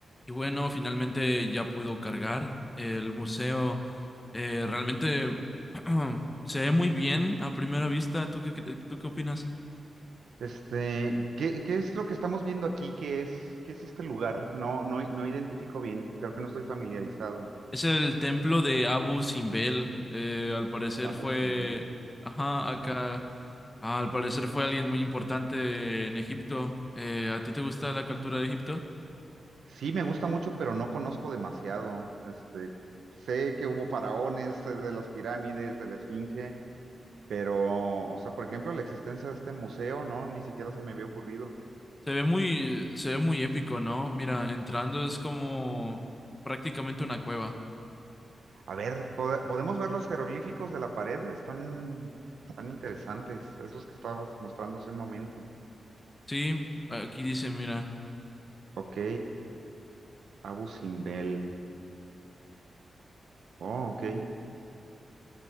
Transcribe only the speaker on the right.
Este, ¿qué, qué es lo que estamos viendo aquí? ¿Qué es, qué es este lugar? No, no, no identifico bien. Creo que no estoy familiarizado.
Abu
Simbel.
Ujú.
Sí, me gusta mucho, pero no conozco demasiado. Este, sé que hubo faraones, sé de las pirámides, de la Esfinge, pero, o sea, por ejemplo, la existencia de este museo, no, ni siquiera se me había ocurrido.
A ver, ¿pod- ¿podemos ver los jeroglíficos de la pared? Están, están interesantes, esos que estabas mostrando hace un momento.
Ok, Abu Simbel. Oh, ok.